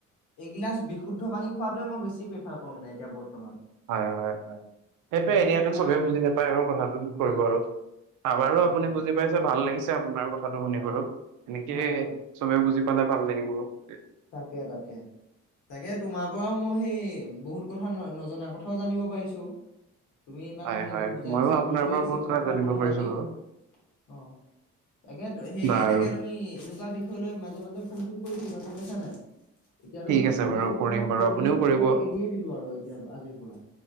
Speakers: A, on the left; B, on the right.
A: এগিলাচ বিশুদ্ধ পানী খোৱাাতোৱে মই বেছি প্ৰিফাৰ কৰো মানে এতিয়া। বৰ্তমান
B: হয়! হয়! হয়! সেইটোয়েই,
A: এ, মানে
B: এতিয়াতো
A: তোমাৰ
B: চবে বুজি নাপায় আৰু কথাটো কি কৰিব
A: হয় হয়
B: আৰু, অ' বাৰু
A: তাকে
B: আপুনি
A: তাকে
B: বুজি পাইছে, ভাল লাগিছে। আপোনাৰ কথাটো শুনি
A: হয়
B: বাৰু। এনেকে
A: হয় হয়
B: চবে বুজি পালে ভাল লাগিব। <unintelligible>
A: তাকে, তাকে, তাকে তোমাৰ পৰাও মই সেই বহুত কথা ন নজনা কথাও জানিব পাৰিছোঁ। তুমি ইমান
B: হয়
A: ধুনীয়াকৈ
B: হয়
A: বুজাই
B: ময়ো
A: দিছা,
B: আপোনাৰ
A: ভালো
B: পৰা
A: লাগিছে,
B: বহুত
A: তোমাৰ সতে
B: জানিব
A: কথা
B: পাৰিছো
A: পাতি।
B: বাৰু
A: অ'! তাকেইতো, সেই
B: বাৰু
A: এনেকে তুমি এনেকুৱা বিষয় লৈ মাজে মাজে <unintelligible> কৰি থাকিবা যলৈও ছা নাই? এতিয়াতো
B: ঠিক
A: ত',
B: আছে
A: এতিয়াতো
B: বাৰু
A: ত',
B: কৰিম
A: মই
B: বাৰু
A: কল্ড
B: আপুনিও
A: ড্ৰিংকচ একেবাৰে
B: কৰিব
A: এৰিয়ে দিলোঁ আৰু এতিয়াৰ, আজিৰ পৰা।